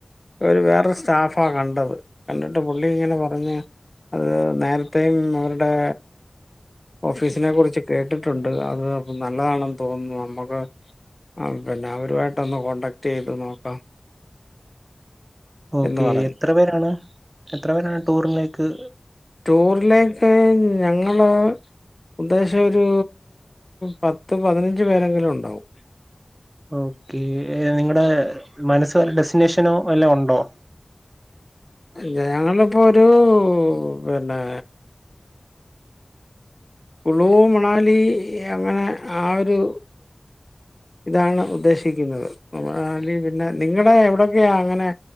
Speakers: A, on the left; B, on the right.
A: ഒരു വേറൊരു സ്റ്റാഫാ കണ്ടത് കണ്ടിട്ട് പുള്ളി ഇങ്ങനെ പറഞ്ഞ് അത് നേരത്തെയും അവരുടെ ഓഫീസിനെ കുറിച്ച് കേട്ടിട്ടുണ്ട് അത് ന നല്ലതാണെന്ന് തോന്നുന്നു നമുക്ക് പിന്നെ അവരുമായിട്ടൊന്ന് കോടാക്ട് ചെയ്ത് നോക്കാം
B: ഓക്കേ
A: എന്ന് പറഞ്ഞു
B: എത്ര പേരാണ് എത്ര പേരാണ് ടൂറിനേക്ക്
A: ടൂറിലേക്ക് ഞങ്ങള് ഉദ്ദേശം ഒരു പത്ത് പതിനഞ്ച് പേരെങ്കിലും ഉണ്ടാവും
B: ഓക്കെ നിങ്ങടെ മനസ്ൽ രു ഡെസ്റ്റിനേഷനോ വല്ലോ ഉണ്ടോ
A: ഇല്ല ഞങ്ങളിപ്പോ ഒരു പിന്നെ കുളു മണാലി അങ്ങനെ ആ ഒരു ഇതാണ് ഉദ്ദേശിക്കുന്നത് മണാലി പിന്നെ നിങ്ങളെ എവിടെയൊക്കെയാ അങ്ങനെ